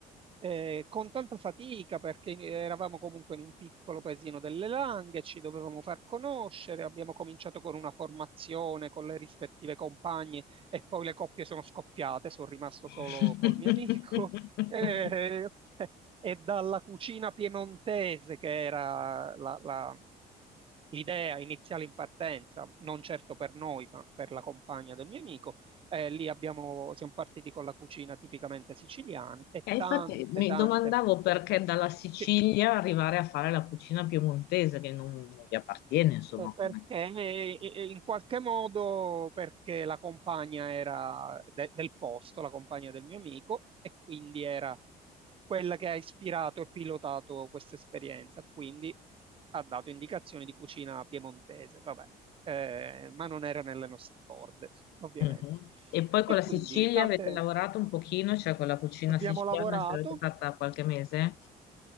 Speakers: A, on the right; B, on the left.
A: eh, con tanta fatica perché eravamo comunque in un piccolo paesino delle Langhe, ci dovevamo far conoscere, abbiamo cominciato con una formazione con le rispettive compagne e poi le coppie sono scoppiate, sono rimasto
B: <laughs>
A: solo col mio amico. <laughs> Eh, e dalla cucina piemontese, che era la, la- idea iniziale in partenza, non certo per noi, ma per la compagna del mio amico. Eh, lì abbiamo, siamo partiti con la cucina tipicamente siciliana e
B: E infatti
A: tante,
B: mi
A: tante,
B: domandavo perché dalla Sicilia
A: sì,
B: arrivare a fare la cucina piemontese che non, non vi appartiene, insomma,
A: Eh, Perché
B: come...
A: eh, eh, eh, in qualche modo perché la compagna era de- del posto, la compagna del mio amico, e quindi era quella che ha ispirato e pilotato questa esperienza. Quindi ha dato indicazioni di cucina piemontese, vabbè, eh, ma non era nelle nostre corde, <laughs> ovviamente.
B: Mhm. E poi con
A: E
B: la Sicilia
A: quindi tante
B: avete lavorato un pochino, cioè con la cucina
A: abbiamo
B: siciliana
A: lavorato,
B: ce l'avete fatta qualche mese?